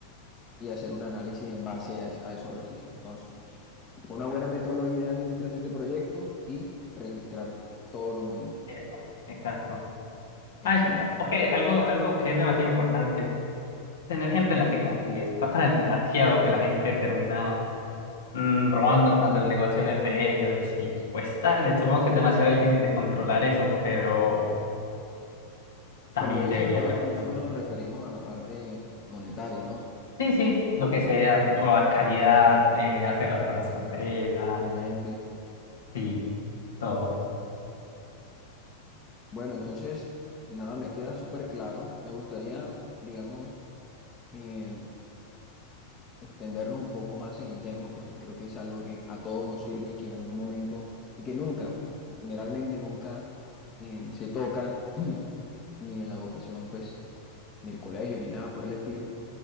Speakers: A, on the left; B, on the left.
A: Y hacer un análisis en base a, es- a esos registros. Entonces, una buena metodología de administración de proyectos y registrar todos los movimientos.
B: eso, exacto.
A: Excelente.
B: ah ok, algo, algo que es demasiado importante. Tener gente en la que confíes. Pasa demasiado que la gente termina mm, robando cuando el negocio no es de ellos. Y pues tal, supongo que es demasiado difícil de controlar eso, pero. también
A: Cuando dices
B: debería
A: robar,
B: ser un
A: no
B: punto.
A: solo nos referimos a la parte monetaria, ¿no?
B: Sí, sí, lo que sea, robar calidad, eh, hacer las cosas con pereza,
A: Clientes
B: sí, todo.
A: Bueno, entonces, nada, me queda súper claro. Me gustaría, digamos, eh, extendernos un poco más en el tema porque creo que es algo que a todos nos sirve y que en algún momento, y que nunca, pues generalmente nunca eh, se toca <clears throat> ni en la educación, pues, del colegio ni nada por el estilo,